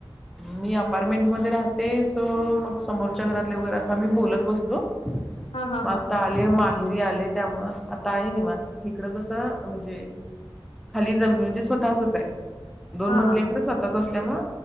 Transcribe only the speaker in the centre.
मी अपारमेंट मध्ये राहते सो मग समोरच्या घरातले वगैरे असा मी बोलत बसतो.
म आता
आले माहेरी आले त्यामुळ आता आहे निवत इकडं कसं म्हणजे खाली जमी म्हणजे स्वतःचच आहे. दोन
मजले
आहे खर स्वतःच असल्यामुळ